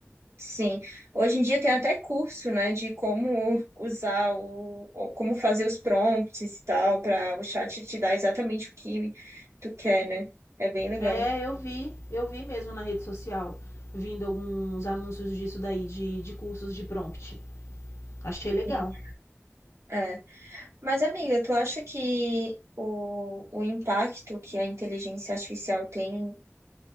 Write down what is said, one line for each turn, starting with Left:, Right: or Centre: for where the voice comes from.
Right: sim. Hoje em dia tem até curso, né, de como usar o, o- como fazer os prompts e tal, para o chat te dar exatamente o que tu quer, né? É bem legal.
Left: É, eu vi, eu vi mesmo na rede social, vindo alguns anúncios disso daí, de, de cursos de prompt. Achei legal.
Right: Sim. é Mas, amiga, tu acha que o, o impacto que a inteligência artificial tem,